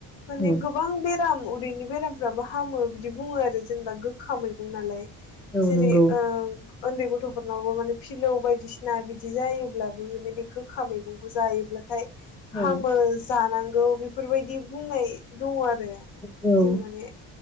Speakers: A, on the left (about 65°); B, in the centre.
A: माने
B: उम
A: गोबां बेराम उदैनि बेरामफ्राबो हामो बिदि बुङो आरो जेनेबा गोखा मैगं नालाय
B: औ
A: जेरै
B: औ नंगौ
A: ओ ओन्दै गथ'फोरनावबो माने फिलौ बायदिसिना बिदि जायोब्लाबो माने बे गोखा मैगंखौ जायोब्लाथाय
B: औ
A: हामो जानां गौ बेफोर बायदि बुंनाय दङ आर रो
B: औ
A: जों माने